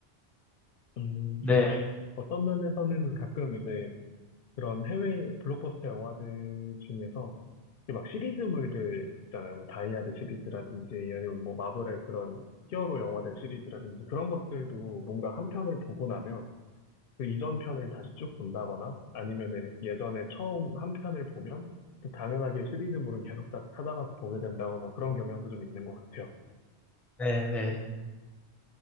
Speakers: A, on the left; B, in the centre.
A: 음,
B: 네,
A: 또 어떤 면에서는 가끔 이제 그런 해외 블록버스터 영화들 중에서 이게 막 시리즈물들 있잖아요. 뭐 다이아드 시리즈라든지 아니면 뭐 마블의 그런 히어로 영화들 시리즈라든지 그런 것들도 뭔가 한 편을 보고 나면 그 이전 편을 다시 쭉 본다거나 아니면은 예전에 처음 한 편을 보면 그 당연하게 시리즈물은 계속 다 찾아가서 보게 된다거나 그런 경향도 좀 있는 것 같아요.
B: 네, 네.